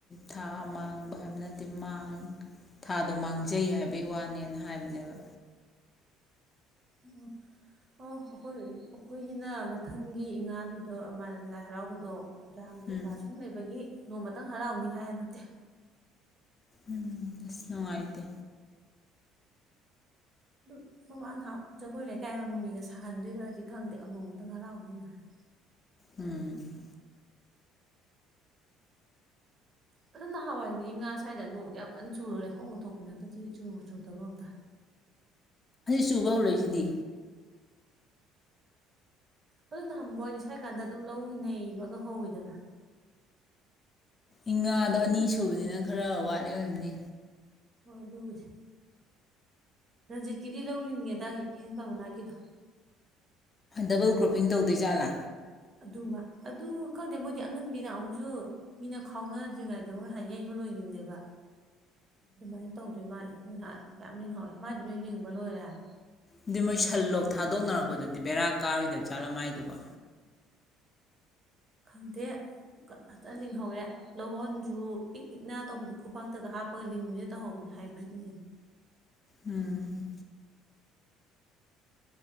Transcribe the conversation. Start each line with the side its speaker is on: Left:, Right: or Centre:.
Left: ꯊꯥ ꯃꯥꯡꯕ ꯍꯥꯏꯕ ꯅꯠꯇꯦ ꯃꯥꯡ ꯊꯥꯗꯣ ꯃꯥꯡꯖꯩ ꯍꯥꯏꯕꯩ ꯋꯥꯅꯦꯅ ꯍꯥꯏꯕꯅꯦꯕ
Right: ꯑꯣ ꯑꯣ ꯑꯩꯈꯣꯏ ꯑꯩꯈꯣꯏꯒꯤꯅ ꯃꯊꯪꯒꯤ ꯏꯉꯥꯗꯨꯗꯥ ꯂꯥꯏ ꯍꯔꯥꯎꯕꯗꯣ ꯏꯔꯥꯡ ꯀꯩꯀꯥ
Left: ꯎꯝ
Right: ꯁꯨꯝ ꯂꯩꯕꯒꯤ ꯅꯣꯡꯃꯇꯪ ꯍꯔꯥꯎꯅꯤ ꯍꯥꯏ ꯍꯟꯗꯛꯇꯤ
Left: ꯎꯝ ꯑꯁꯅꯨꯡꯉꯥꯏꯇꯦ
Right: ꯑꯗꯨꯝ ꯃꯃꯥꯡ <unintelligible> ꯖꯒꯣꯏ ꯂꯩꯀꯥꯏ ꯑꯥꯃꯝ ꯃꯤꯒ ꯁꯥꯍꯟꯗꯣꯏꯔꯗꯤ ꯈꯪꯗꯦ ꯑꯉꯣꯝꯃꯇꯪ ꯍꯔꯥꯎꯅꯤꯅ ꯍꯥꯏ
Left: ꯎꯝ
Right: ꯑꯗꯣ ꯅꯍꯥꯟꯋꯥꯏꯗꯤ ꯏꯉꯥ ꯁ꯭ꯋꯥꯏꯗ ꯅꯣꯡꯗ ꯌꯥꯝ ꯀꯟꯅ ꯆꯨꯔꯨꯔꯦ ꯂꯩꯈꯣꯝꯒ ꯊꯣꯛꯄꯅꯦ ꯍꯟꯗꯛꯇꯤ ꯆꯨꯕꯨ ꯆꯨꯗꯕ ꯀꯩꯅꯣꯝꯇꯧꯏ
Left: ꯆꯨꯕ ꯍꯧꯔꯛꯏꯁꯤꯗꯤ
Right: ꯑꯗꯨꯅ ꯋꯥꯏꯗꯤ ꯁ꯭ꯋꯥꯏ ꯀꯥꯟꯗ ꯑꯗꯨꯝ ꯂꯧ ꯅꯩꯕꯒ ꯍꯧꯋꯤꯗꯅ
Left: ꯏꯉꯥꯗ
Right: ꯑꯗꯨꯝ
Left: ꯑꯅꯤ ꯁꯨꯕꯅꯤꯅ ꯈꯔ ꯋꯥꯠꯂꯤ ꯑꯣꯏꯔꯝꯅꯤ
Right: ꯑꯗꯨꯕꯨꯗꯤ ꯔꯟꯖꯤꯠꯀꯤꯗꯤ ꯂꯧ ꯂꯤꯡꯉꯦ ꯗꯥꯏ ꯍꯦꯟ ꯄꯥꯝ ꯃꯅꯥꯛꯀꯤꯗꯣ
Left: ꯗꯕꯜ ꯀ꯭ꯔꯣꯞꯄꯤꯡ ꯇꯧꯗꯣꯏ ꯖꯥꯠꯂꯥ
Right: ꯑꯗꯨꯃ ꯑꯗꯨ ꯈꯪꯗꯦ ꯃꯣꯏꯗꯤ ꯑꯉꯟꯕꯤ ꯅꯍꯥꯟꯃꯨꯛꯁꯨ ꯃꯤꯅ ꯈꯥꯎꯅꯗ꯭ꯔꯤꯉꯩꯗ ꯃꯣꯏ ꯍꯥꯟ ꯌꯩꯕ ꯂꯣꯏꯒꯤꯃꯦꯕ ꯑꯗꯨꯃꯥꯏꯅ ꯇꯧꯗꯣꯏ ꯃꯥꯜꯂꯦ <unintelligible> ꯌꯥꯝ ꯂꯤꯡꯍꯧꯋꯦ ꯃꯥꯏꯗꯣ ꯂꯣꯏ ꯂꯤꯡꯕ ꯂꯣꯏꯔꯦ ꯍꯥꯏꯃꯦ
Left: ꯑꯗꯨ ꯃꯣꯏ ꯁꯟ ꯂꯣꯛ ꯊꯥꯗꯣꯛꯅꯔꯛꯄꯗꯗꯤ ꯕꯦꯔꯥ ꯀꯥꯔꯣꯏꯗꯕꯖꯠꯂꯣ ꯃꯥꯏꯗꯨꯕꯣ
Right: ꯈꯪꯗꯦ ꯐꯖꯅ ꯂꯤꯡꯍꯧꯋꯦ ꯂꯎꯍꯣꯟꯁꯨ ꯄꯤꯛ ꯄꯤꯛꯅ ꯇꯧꯕꯤꯗꯣ ꯈꯨꯕꯛꯇꯒ ꯍꯥꯞꯄꯒ ꯂꯤꯡꯕꯤꯗꯣ ꯇꯧꯍꯧꯕꯅꯦ ꯍꯥꯏꯕ꯭ꯔꯤꯠꯅꯦꯅꯥ
Left: ꯎꯝ